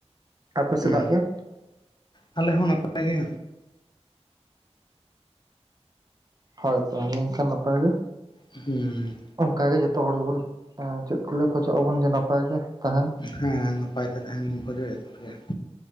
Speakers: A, on the right (about 35°); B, on the left (about 40°).
A: ᱟᱯᱮ
B: ᱦᱩᱸ
A: ᱥᱮᱫᱟᱜ ᱜᱮ᱾
B: ᱟᱞᱮ ᱦᱚᱸ ᱱᱟᱯᱟᱭ ᱜᱮ᱾
A: ᱦᱳᱭ ᱛᱟᱦᱮ ᱞᱮᱱᱠᱷᱟᱱ ᱱᱟᱯᱟᱭ ᱜᱮ᱾
B: ᱦᱩᱸ
A: ᱚᱱᱠᱟᱟᱜ ᱜᱮ ᱡᱚᱛᱚ ᱦᱚᱲ ᱜᱮᱵᱚᱱ ᱪᱮᱫ ᱠᱚᱞᱤ ᱠᱷᱚᱡᱚᱜ ᱟᱵᱚᱱ ᱡᱮ ᱱᱟᱯᱟᱭ ᱜᱮ ᱛᱟᱦᱮᱱ᱾
B: ᱦᱮᱸ ᱱᱟᱯᱟᱭ ᱛᱮ ᱛᱟᱦᱮᱱ ᱵᱚᱱ ᱠᱷᱚᱡᱚᱜᱼᱟ <inaudible>